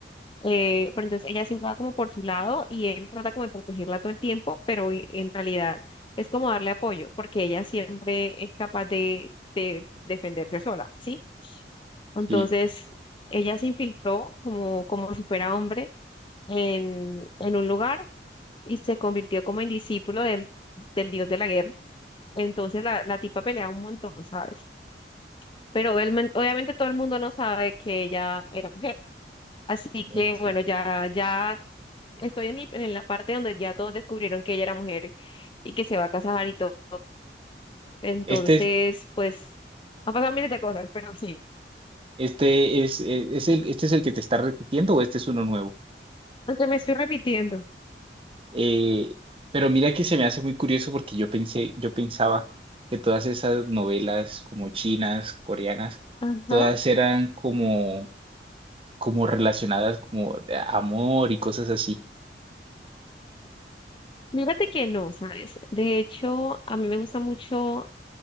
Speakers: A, on the left (about 30°); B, on the right (about 30°).
A: eh, pero entonces ella siempre va como por su lado y él trata como de protegerla todo el tiempo, pero e- en realidad es como darle apoyo, porque ella siempre es capaz de, de defenderse sola, ¿sí? Entonces
B: sí,
A: ella se infiltró como, como si fuera hombre en, en un lugar y se convirtió como en discípulo del, del dios de la guerra. Entonces la, la tipa pelea un montón, ¿sabes? Pero obviamente obviamente todo el mundo no sabe que ella era mujer. Así que
B: mm, sí.
A: bueno, ya, ya estoy en, el- en la parte donde ya todos descubrieron que ella era mujer y que se va a casar y todo. Entonces,
B: Este, es-
A: pues, han pasado miles de cosas, pero sí.
B: este es, eh, es el, este es el que te está repitiendo o este es uno nuevo.
A: Aunque me estoy repitiendo.
B: Eh, pero mira que se me hace muy curioso porque yo pensé, yo pensaba que todas esas novelas como chinas, coreanas,
A: Ajá.
B: todas eran como, como relacionadas como de amor y cosas así.
A: Mírate que no, ¿sabes? De hecho, a mí me gusta mucho